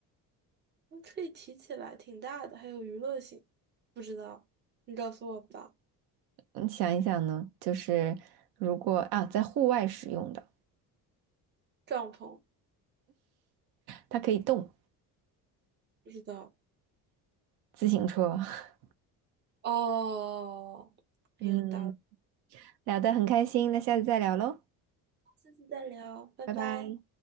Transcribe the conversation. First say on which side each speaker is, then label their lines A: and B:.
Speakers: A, on the right; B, on the right.
A: 嗯可以提起来，挺大的，还有娱乐性。不知道，你告诉我吧。
B: 你想一想呢，就是如果啊，在户外使用的，
A: 帐篷，
B: 它可以动，
A: 不知道。
B: 自行车。<laughs>
A: 哦，
B: 嗯，
A: 很有道理，
B: 聊得很开心，那下次再聊喽。
A: 下次再聊，拜拜。
B: 拜拜。